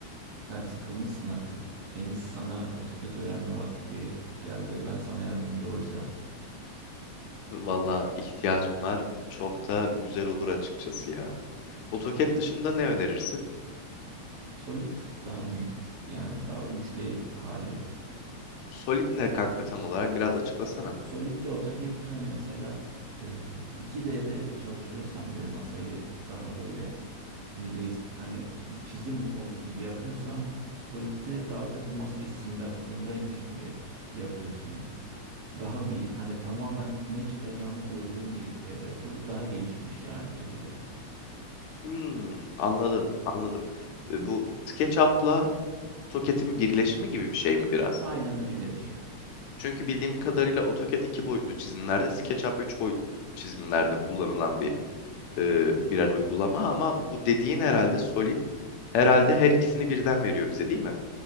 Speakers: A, on the right; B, on the left.
A: Sen sıkılmışsın artık. En iyisi sana AutoCAD öğrenme vakti geldi. Ben sana yardımcı olacağım.
B: Valla ihtiyacım var. Çok da güzel olur açıkçası ya. AutoCAD
A: Peki.
B: dışında ne önerirsin?
A: Solid daha büyük. Yani daha üç d hali.
B: Solid ne kanka tam olarak biraz açıklasana.
A: Solid'de AutoCAD hani mesela e, 2D'de çalışıyorsan böyle masayı daha böyle yüzey hani bir çizim ol- gibi yapıyorsan Solid'de daha çok bu masayı simülasyondaymış gibi yapıyorsun. Daha bir hani tamamen ne çıkacağını gördüğün bir evre. Solid daha gelişmiş yani AutoCAD'in.
B: Hmm, anladım, anladım. E, Bu SketchUp'la AutoCAD'in birleşimi gibi bir şey mi biraz?
A: Aynen öyle bir şey.
B: Çünkü bildiğim kadarıyla AutoCAD iki boyutlu çizimlerde, SketchUp üç boyutlu çizimlerde kullanılan bir e, birer uygulama ama bu dediğin herhalde Solid herhalde her ikisini birden veriyor bize değil mi?